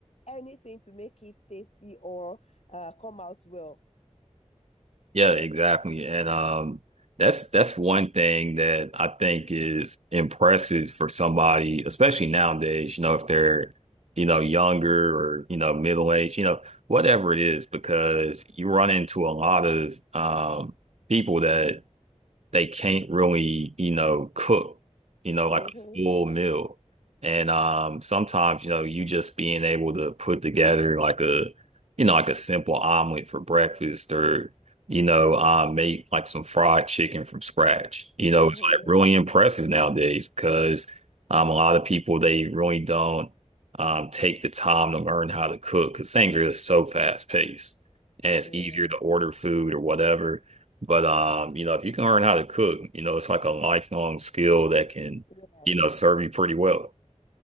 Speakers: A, on the left (about 65°); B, on the right (about 65°).
A: anything to make it tasty or uh, come out well.
B: Yeah, exactly. And um, that's that's one thing that I think is impressive for somebody, especially nowadays, you know, if they're, you know, younger or, you know, middle age, you know, whatever it is, because you run into a lot of um people that they can't really, you know, cook, you know, like
A: Mm-hmm.
B: a full meal. And um, sometimes, you know, you just being able to put together like a, you know, like a simple omelet for breakfast or, you know, um, make like some fried chicken from scratch. You
A: Mm-hmm.
B: know, it's like really impressive nowadays because um, a lot of people, they really don't um, take the time to learn how to cook because things are just so fast paced and it's
A: Yeah.
B: easier
A: yeah.
B: to order food or whatever. But um, you know, if you can learn how to cook, you know, it's like a lifelong skill that can,
A: Yeah,
B: you know, serve you pretty well.